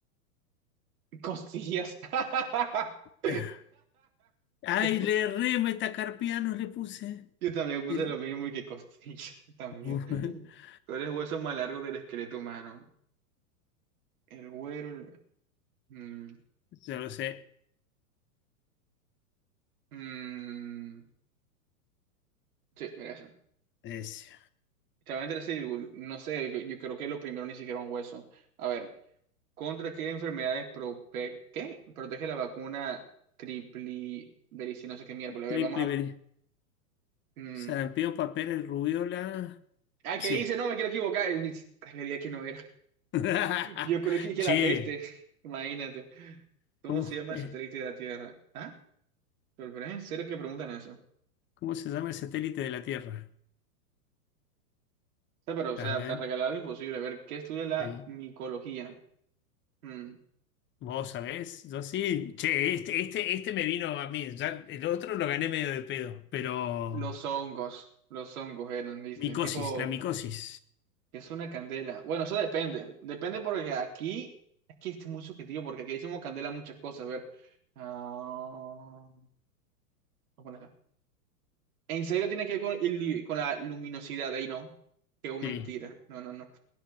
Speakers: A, on the right; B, on the left.
A: Costillas. <laughs>
B: Ah, Ay,
A: ¿Qué fue?
B: le re metacarpianos le puse.
A: Yo también puse
B: El,
A: lo mismo y que costillas <laughs> también.
B: <laughs>
A: ¿Cuál es el hueso más largo del esqueleto humano? El güero. el- mm,
B: Yo lo sé.
A: mm, sí, mira esa.
B: Es
A: Estaba entre sí, no sé, yo creo que lo primero ni siquiera un hueso. A ver, ¿contra qué enfermedades prope- qué? protege la vacuna triplibericina? No sé qué miércoles. A
B: triple
A: ver, vamos
B: ver-
A: a. mm,
B: Sarampión, papeles, rubiola.
A: ah, ¿qué
B: Sí.
A: hice? No, me quiero equivocar. <laughs> Le di a que no era.
B: <laughs>
A: Yo creo que dije
B: Che,
A: la peste. <laughs> Imagínate. ¿Cómo
B: ¿cómo,
A: se llama
B: eh,
A: el satélite de la Tierra? ¿Ah? Pero, pero es en serio que preguntan eso. O
B: cómo se llama el satélite de la Tierra?
A: sea, pero, o sea,
B: A ver,
A: tan regalado imposible. A ver, ¿qué estudia la
B: sí.
A: micología? Mm.
B: ¿Vos sabés? Yo sí. Che, este, este, este me vino a mí. Ya el otro lo gané medio de pedo, pero
A: Los hongos, los hongos eran, ¿viste?
B: micosis,
A: Tipo,
B: la micosis.
A: que es una candela. Bueno, eso depende. Depende porque aquí, aquí es muy subjetivo, porque aquí decimos candela muchas cosas. A ver. ah, ¿cómo a poner acá. En serio tiene que ver con, el- con la luminosidad, ahí no. Qué mentira.
B: Sí.
A: No, no, no.